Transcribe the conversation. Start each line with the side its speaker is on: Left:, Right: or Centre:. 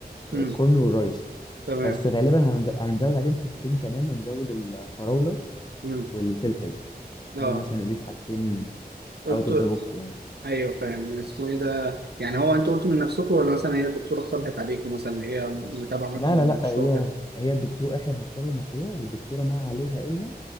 Left: الكورن
Right: امم
Left: والرايس
Right: تمام
Left: بس غالبا هند- هنزود عليهم حاجتين كمان هنزود الفراولة
Right: امم
Left: والفلفل
Right: اه
Left: قلنا مثلا نضيف حاجتين
Right: قلت
Left: اوت اوف ذا بوكس يعني
Right: ايوه فاهم اسمه ايه ده يعني هو انتوا قلتوا من نفسكم ولا مثلا هي الدكتوره اقترحت عليكم مثلا اللي هي متابعه معاكم
Left: لا
Right: المشروع
Left: لا لا هي
Right: كده
Left: هي الدكتور احنا بنختار المشروع والدكتوره ما عليها الا